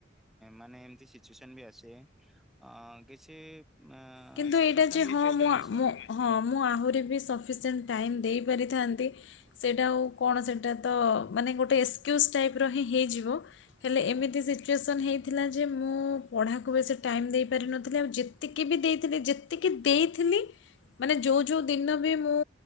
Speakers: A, in the centre; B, on the left.
A: ମାନେ ଏମିତି ସିଚୁଏସନ ବି ଆସେ ଅ କିଛି ଆ
B: କିନ୍ତୁ
A: ସିଚୁଏସନଲ
B: ଏଇଟା ଯେ ହଁ
A: ବି ପ୍ରୋବ୍ଲେମ
B: ମୁଁ ଆ-
A: ଆଛି
B: ମୁଁ ହଁ ମୁଁ ଆହୁରି ବି ସଫିସିଏଣ୍ଟ ଟାଇମ୍ ଦେଇପାରିଥାନ୍ତି ସେଇଟା ଆଉ କଣ ସେଇଟା ତ ମାନେ ଗୋଟେ ଏକ୍ସକ୍ୟୁଜ ଟାଇପ ର ହିଁ ହେଇଯିବ। ହେଲେ
A: ହଁ
B: ଏମିତି ସିଚୁଏସନ୍ ହେଇ ଥିଲା ଯେ ମୁଁ ପଢ଼ାକୁ ବେଶ ଟାଇମ ଦେଇପାରିନଥିଲି ଆଉ ଯେତିକି ବି ଦେଇ ଯେତିକି ଦେଇଥିଲି ମାନେ ଯେଉଁ ଯେଉଁ ଦିନ ବି ମୁଁ